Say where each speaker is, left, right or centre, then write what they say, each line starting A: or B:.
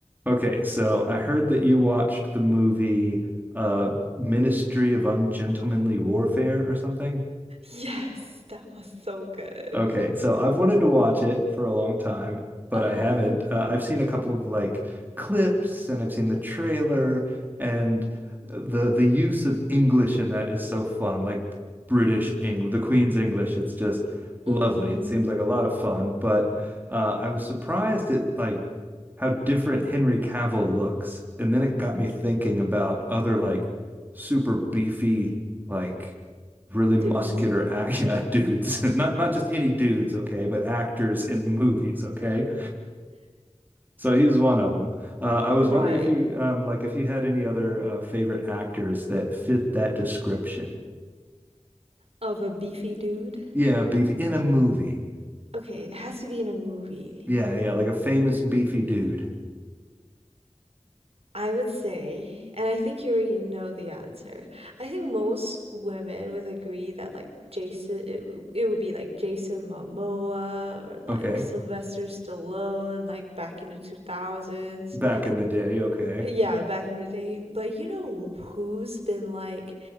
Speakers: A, on the right; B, on the right.
A: Okay, so I heard that you watched the movie uh Ministry of Ungentlemanly Warfare or something.
B: Yes, that was so good.
A: Okay, so I've wanted to watch it for a long time, but
B: Uh
A: I
B: huh.
A: haven't. Uh, I've seen a couple of like clips and I've seen the trailer and the the use of English in that is so fun. Like British English, the Queen's English, it's just lovely.
B: Mm hmm.
A: It seems like a lot of fun, but uh, I was surprised at like how different Henry Cavill looks. And then it got me thinking about other like super beefy like really muscular
B: Dudes.
A: <laughs> act- yeah, dudes, <laughs> not not just any dudes, okay, but actors in movies, okay. So he's one of them. Uh, I was
B: Right.
A: wondering if you um, like if you had any other uh, favorite actors that fit that description.
B: Of a beefy dude.
A: Yeah, beefy in a movie.
B: Okay, it has to be in a movie.
A: Yeah, yeah, like a famous beefy dude.
B: I would say, and I think you already know the answer. I think most women would agree that like Jason, it, it would be like Jason Momoa or like
A: Okay,
B: Sylvester Stallone, like back in the 2000s.
A: back in the day. Okay,
B: Yeah, back in the day. But you know who's been like